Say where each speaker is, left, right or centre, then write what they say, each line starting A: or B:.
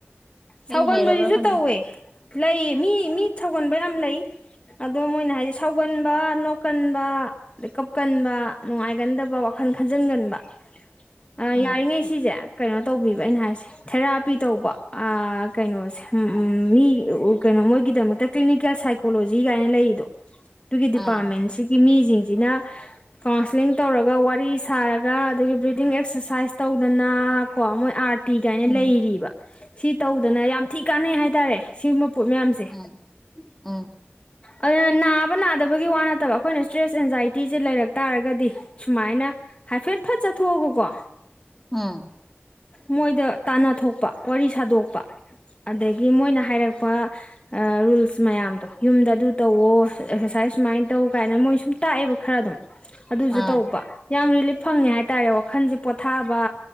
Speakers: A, on the left; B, in the centre.
A: ꯁꯥꯎꯒꯟꯕꯖꯤꯖꯨ
B: ꯑꯩ ꯂꯩꯔꯕ꯭ꯔꯥ ꯈꯪꯗꯦ
A: ꯇꯧꯋꯦ ꯂꯩꯌꯦ ꯃꯤ ꯃꯤ ꯁꯧꯒꯟꯕ ꯌꯥꯝ ꯂꯩ ꯑꯗꯣ ꯃꯣꯏꯅ ꯍꯥꯏꯖꯦ ꯁꯥꯎꯒꯟꯕ ꯅꯣꯛꯀꯟꯕ ꯑꯗ ꯀꯞꯀꯟꯕ ꯅꯨꯡꯉꯥꯏꯒꯟꯗꯕ ꯋꯥꯈꯟ ꯈꯟꯖꯟꯒꯟꯕ ꯑ
B: ꯎꯝ
A: ꯌꯥꯔꯤꯉꯩ ꯁꯤꯖꯦ ꯀꯩꯅꯣ ꯇꯧꯕꯤꯕ ꯑꯩꯅ ꯍꯥꯏꯁꯦ ꯊꯦꯔꯥꯄꯤ ꯇꯧꯕ ꯑꯥ ꯀꯩꯅꯣꯁꯦ ꯎꯝ ꯃꯤ ꯀꯩꯅꯣ ꯃꯣꯏꯒꯤꯗꯃꯛꯇ ꯀ꯭ꯂꯤꯅꯤꯀꯦꯜ ꯁꯥꯏꯀꯣꯂꯣꯖꯤ ꯀꯥꯏꯅ ꯂꯩꯔꯤꯗꯣ ꯇꯨꯒꯤ ꯗꯤꯄꯥꯔꯃꯦꯟꯁꯤꯒꯤ
B: ꯑꯥ
A: ꯃꯤ ꯁꯤꯡꯁꯤꯅ ꯀꯥꯎꯟꯁꯂꯤꯡ ꯇꯧꯔꯒ ꯋꯥꯔꯤ ꯁꯥꯔꯒ ꯑꯗꯒꯤ ꯕ꯭ꯔꯤꯗꯤꯡ ꯑꯦꯛꯁꯔꯁ ꯁꯔꯁꯥꯏꯁ ꯇꯧꯗꯅ ꯀꯣ ꯃꯣꯏ ꯑꯔꯠ ꯤꯒꯥꯏꯅ
B: ꯎꯝ
A: ꯂꯩꯔꯤꯕ ꯁꯤ ꯇꯧꯗꯅ ꯌꯥꯝ ꯊꯤ ꯀꯥꯟꯅꯩ ꯍꯥꯏꯇꯥꯔꯦ ꯁꯤ ꯄꯣꯠ ꯃꯌꯥꯝꯁꯦ
B: ꯎꯝ ꯎꯝ
A: ꯑꯗꯨꯅ ꯅꯥꯕ ꯅꯥꯗꯕꯒꯤ ꯋꯥ ꯅꯠꯇꯕ ꯑꯩꯈꯣꯏꯅ ꯏꯁ꯭ꯇ꯭ꯔꯦꯁ ꯑꯦꯟꯖꯥꯏꯇꯤꯁꯦ ꯂꯩꯔꯛ ꯇꯥꯔꯒꯗꯤ ꯁꯨꯃꯥꯏꯅ ꯍꯥꯏꯐꯦꯠ ꯐꯠ ꯆꯠꯊꯣꯛꯑꯕꯀꯣ
B: ꯎꯝ
A: ꯃꯣꯏꯗ ꯇꯥꯟꯅꯊꯣꯛꯄ ꯋꯥꯔꯤ ꯁꯥꯗꯣꯛꯄ ꯑꯗꯒꯤ ꯃꯣꯏꯅ ꯍꯥꯏꯔꯛꯄ ꯔꯨꯜꯁ ꯃꯌꯥꯝꯗꯣ ꯌꯨꯝꯗ ꯑꯗꯨ ꯇꯧꯋꯣ ꯑꯦꯛꯁꯔꯁꯥꯏꯁ ꯁꯨꯃꯥꯏꯅ ꯇꯧ ꯀꯥꯏꯅ ꯃꯣꯏ ꯁꯨꯝ ꯇꯥꯛꯑꯦꯕ ꯈꯔ ꯑꯗꯨꯝ ꯑꯗꯨꯁꯨ
B: ꯑꯥ
A: ꯇꯧꯕ ꯌꯥꯝ ꯔꯤꯂꯤꯞ ꯐꯪꯉꯦ ꯍꯥꯏꯇꯥꯔꯦ ꯋꯥꯈꯜꯁꯦ ꯄꯣꯊꯥꯕ